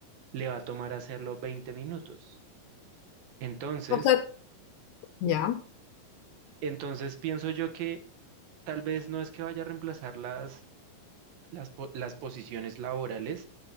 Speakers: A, on the right; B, on the left.
A: le va a tomar hacerlo 20 minutos. Entonces,
B: O sea, ya.
A: entonces pienso yo que tal vez no es que vaya a reemplazar las, las, po- las posiciones laborales,